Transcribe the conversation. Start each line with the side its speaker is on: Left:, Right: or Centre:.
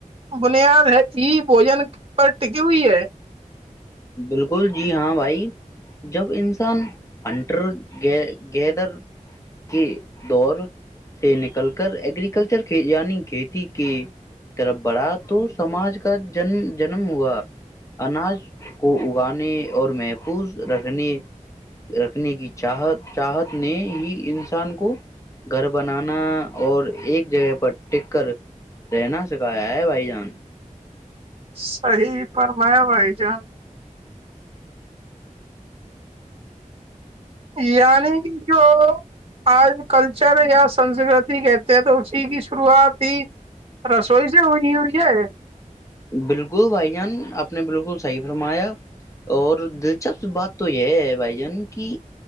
Right: بنیاد ہے ہی بوجن پر ٹکی ہوئی ہے
Left: بالکل جی ہاں بھائی جب انسان ہنٹر گیدر کے دور سے نکل کر ایگررییکلچر یعنی کھیتی کے طرف بڑا تو سماج کا جنم جنم ہوا اناج کو اگانے اور محفوظ رکھنے رکھنے کی چاہت چاہت نے ہی انسان کو گھر بنانا اور ایک جگہ پر ٹیک کر رہنا سکھایا ہے بھائی جان
Right: صحی پرمایا بھائی جان یعنی کہ جو آج کلچر یا سنسکرتی کہتے ہیں تو اسی کی شروعات ہی رسوئی سے ہوئی ہوئی ہے
Left: بالکل بھائی جان آپ نے بالکل صحیح فرمایا اور دلچسپ بات تو یہ ہے بھائی جان کی